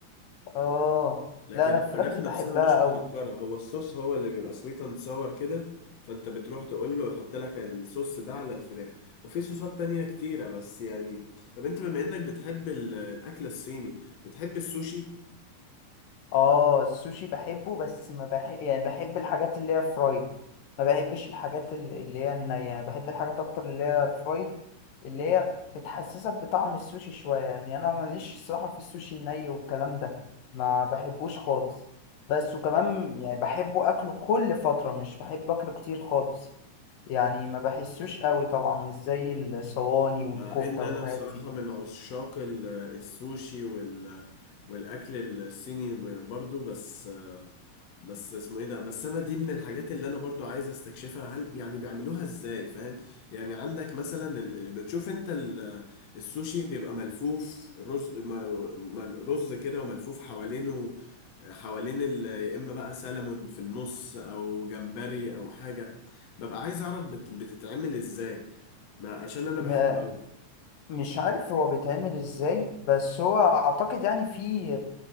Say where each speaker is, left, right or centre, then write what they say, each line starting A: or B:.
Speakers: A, on the left (about 85°); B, on the left (about 55°).
A: اه
B: لكن
A: لا انا
B: الفراخ
A: الفراخ دي
B: نفسها
A: بحبها
B: مش
A: قوي
B: مسكرة هو الصوص هو اللي بيبقى سويت اند ساور كده فانت بتروح تقول له يحط لك الصوص ده على الفراخ وفي صوصات تانية كتيرة بس يعني طب انت بما انك بتحب ال- الاكل الصيني بتحب السوشي
A: اه السوشي بحبه بس ما بحب يعني بحب الحاجات اللي هي فرايد ما بحبش الحاجات ال- اللي هي النية بحب الحاجات اكتر اللي هي فرايد اللي هي بتحسسك بطعم السوشي شوية يعني انا ماليش صراحة في السوشي الني والكلام ده ما بحبوش خالص بس وكمان يعني بحبه اكله كل فترة مش بحب اكله كتير خالص يعني ما بحسوش قوي طبعا مش زي الصواني والكفتة
B: مع ان انا
A: والحاجات
B: بصراحة
A: دي
B: من عشاق ال- السوشي وال والاكل الصيني برضو بس بس اسمه ايه ده بس انا دي من الحاجات اللي انا برضو عايز استكشفها هل يعني بيعملوها ازاي فاهم يعني عندك مثلا ال... بتشوف انت ال... السوشي بيبقى ملفوف رز م... م- رز كده وملفوف حوالينه حوالين ال... يا اما بقى سلمون في النص او جمبري او حاجة ببقى عايز اعرف بت... بتتعمل ازاي ما عشان انا
A: م-
B: بحبه قوي
A: مش عارف هو بيتعمل ازاي بس هو اعتقد يعني في